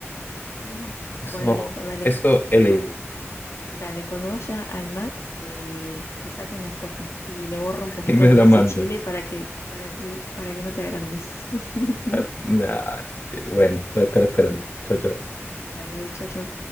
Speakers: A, on the left (about 70°); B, on the left (about 40°).
A: Bueno.
B: Eso,
A: Bueno, listo, dale.
B: eso he leído.
A: Cuando,
B: <laughs>
A: dale, cuando vaya al Mac, eh, le saco una foto y le borro un poquito
B: Y me
A: donde
B: la
A: dice
B: manda.
A: Chile para que, para que, para que no te agrandes. <laughs>
B: Ah, nah, eh, Bueno, voy a estar esperando. Chao, chao.
A: Dale, chau, chau.